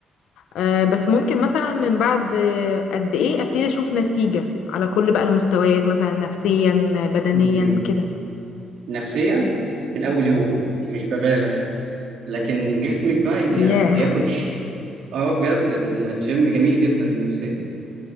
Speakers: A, on the left (about 80°); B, on the right (about 75°).
A: آه بس ممكن مثلا من بعد آه، قد ايه ابتدي اشوف نتيجة على كل بقى المستويات مثلا نفسيا بدنيا
B: مم.
A: كده
B: نفسيا من اول يوم مش ببالغ لكن جسمك بقى هي-
A: ياه
B: هياخد الشيء اه بجد ال- الجيم جميل جدا للنفسية